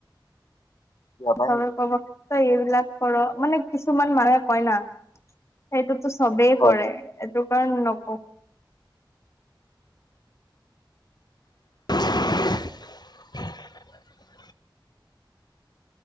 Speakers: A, on the left; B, on the left.
A: যাবাই
B: চবে
A: নেকি
B: কব ত‌ই এইবিলাক কৰ, মানে কিছুমান মানুহে কয় না। সেইটো তো চবেই
A: হয়
B: কৰে। সেইটো কাৰণে নকওঁ।
A: <inaudible>